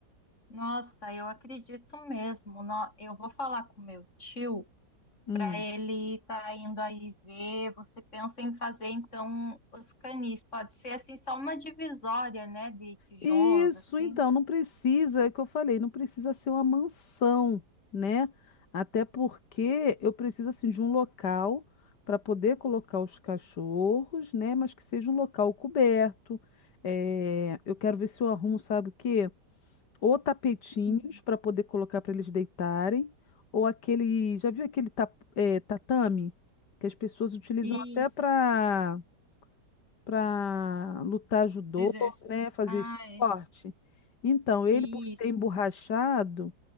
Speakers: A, on the left; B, on the left.
A: Nossa, eu acredito mesmo. Nó- Eu vou falar com meu tio
B: Hum.
A: para ele estar indo aí ver. Você pensa em fazer então os canis? Pode ser assim só uma divisória, né, de tijolos
B: Isso,
A: assim.
B: então, não precisa, é o que eu falei, não precisa ser uma mansão, né? Até porque eu preciso, assim, de um local para poder colocar os cachorros, né? Mas que seja um local coberto. É, eu quero ver se eu arrumo, sabe o quê? ou tapetinhos
A: Uhum.
B: para poder colocar para eles deitarem, ou aquele, já viu aquele ta- eh, tatame que as pessoas utilizam
A: Isso.
B: até para para lutar judô,
A: Exerce.
B: né, fazer
A: Ah,
B: esporte.
A: é.
B: Então, ele
A: Isso.
B: por ser emborrachado,